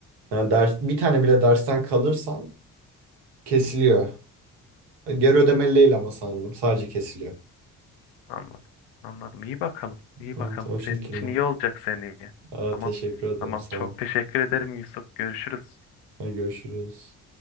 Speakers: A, on the right; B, on the left.
A: yani ders bir tane bile dersten kalırsan kesiliyor. Geri ödemeli değil ama sanırım. Sadece kesiliyor.
B: Anladım. Anladım. İyi bakalım. İyi
A: Evet
B: bakalım.
A: o şekilde.
B: Senin için iyi olacak seneye.
A: Aa,
B: Tamam.
A: teşekkür ederim.
B: Tamam.
A: Sağ
B: Çok
A: ol.
B: teşekkür ederim Yusuf. Görüşürüz.
A: Hadi Görüşürüz.